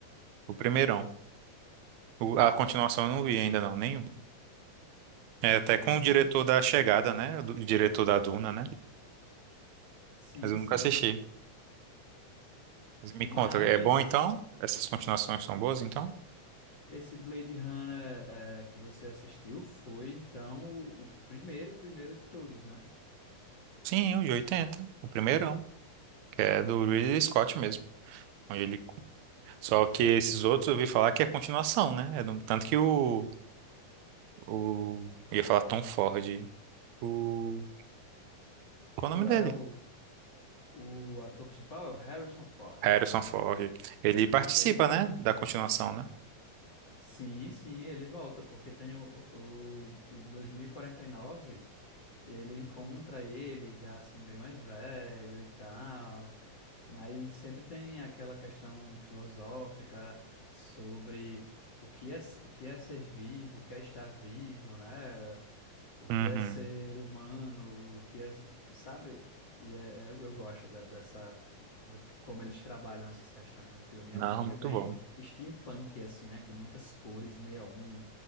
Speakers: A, on the right; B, on the left.
A: o primeirão. O- a continuação eu não vi ainda não, nenhum. É até
B: Não,
A: com o
B: mas...
A: diretor da Chegada, né? do- O diretor da Duna, né?
B: Sim,
A: Mas eu
B: sim.
A: nunca assisti. Mas me
B: Mas...
A: conta, é bom então? Essas continuações são boas então?
B: Esse Blade Runner é, que você assistiu foi, então, o, o primeiro, o primeiro de todos, né?
A: Sim, o de 80, o primeirão, que é do Ridley Scott mesmo. onde ele- Só que esses outros eu ouvi falar que é continuação, né? É do- Tanto que o, o... eu ia falar Tom Ford. O... Qual é
B: O,
A: o nome
B: é,
A: dele?
B: o, o ator principal é o Harrison Ford.
A: Harrison Ford. Ele participa,
B: Ele,
A: né? Da continuação, né?
B: sim, sim, ele volta, porque tem o, o, o dois mil e quarenta e nove Ele encontra ele já assim bem mais velho e tal, mas sempre tem aquela questão filosófica sobre o que é o que é ser vivo, o que é estar vivo, né? O que
A: Uhum.
B: é ser humano, o que é, sabe? E é, é- eu, eu gosto da- dessa do que- como eles trabalham essas questões no filme.
A: Não,
B: É um filme
A: muito
B: bem
A: bom.
B: steampunk assim, né? Com muitas cores neon,